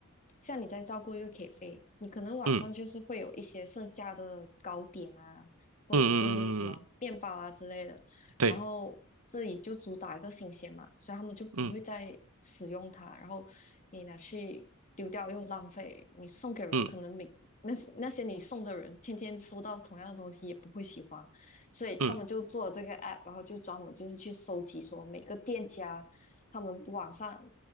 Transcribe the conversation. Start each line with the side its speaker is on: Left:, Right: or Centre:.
Left: 像你在照顾一个 K 飞，你可能晚上就是会有一些剩下的糕点啊，
Right: 嗯
Left: 或者是什么面包啊之类的。
Right: 嗯嗯嗯嗯，对，
Left: 然后这里就主打一个新鲜嘛，所以他们就不会再使用它。
Right: 嗯
Left: 然后你拿去丢掉又浪费，你送给人可能每那那些你送的人天天收到同样的东西也不会喜欢，
Right: 嗯
Left: 所以他们就做了这个
Right: 嗯
Left: app，然后就专门就是去收集说每个店家他们网上